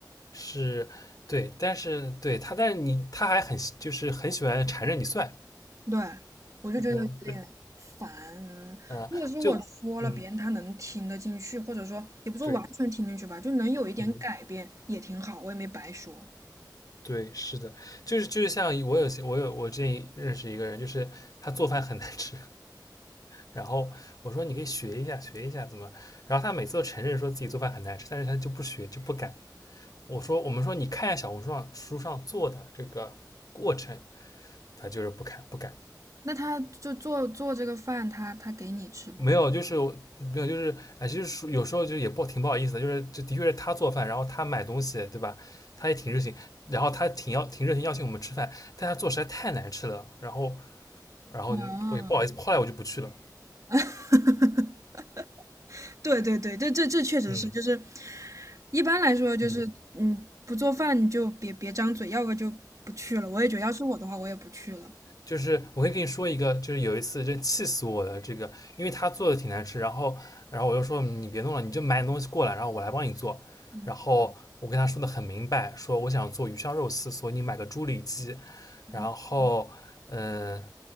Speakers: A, on the left (about 55°); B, on the right (about 50°).
A: 是，对，但是对他，但是你他还很就是很喜欢缠着你算，
B: 对，我就觉得有点烦。
A: 嗯，对，
B: 嗯如果是我说了，
A: 啊，就嗯，
B: 别人他能听得进去，或者说也不说完全听进去吧，
A: 对，
B: 就能有一点改变也挺好，
A: 嗯，
B: 我也没白说。
A: 对，是的，就是就是像我有些我有我之前认识一个人，就是他做饭很难吃，然后我说你可以学一下学一下怎么，然后他每次都承认说自己做饭很难吃，但是他就不学就不敢。我说我们说你看一下小红书上书上做的这个过程，他就是不看不敢。
B: 那他就做做这个饭，他他给你吃吗？
A: 没有，就是没有，就是哎，其实说有时候就也不挺不好意思的，就是这的确是他做饭，然后他买东西，对吧？他也挺热情，然后他挺要挺热情邀请我们吃饭，但他做实在太难吃了，然后然后我也不好意思，
B: 啊，
A: 后来我就不去了。
B: <laughs> 对对对，这这这确实是，
A: 嗯
B: 就是一般来说就是嗯，
A: 嗯
B: 不做饭你就别别张嘴，要不就不去了。我也觉得，要是我的话，我也不去了。
A: 就是我可以跟你说一个，就是有一次真气死我的这个，因为他做的挺难吃，然后然后我就说你别弄了，你就买点东西过来，然后我来帮你做。
B: 嗯
A: 然后我跟他说的很明白，说我想做鱼香肉丝，所以你买个猪里脊，
B: 嗯
A: 然后嗯、呃